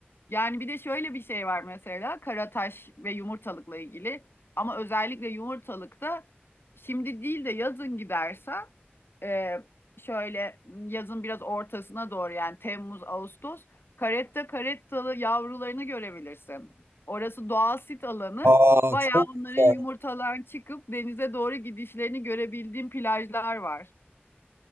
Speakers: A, on the left (about 65°); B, on the right (about 75°).
A: yani bir de şöyle bir şey var mesela karataş ve yumurtalıkla ilgili. Ama özellikle yumurtalıkta şimdi değil de yazın gidersen e, şöyle yazın biraz ortasına doğru yani Temmuz, Ağustos karetta karettalı yavrularını görebilirsin. Orası doğal sit alanı.
B: aa
A: Bayağı
B: çok
A: onların
B: güzel
A: yumurtalardan çıkıp denize doğru gidişlerini görebildiğim plajlar var.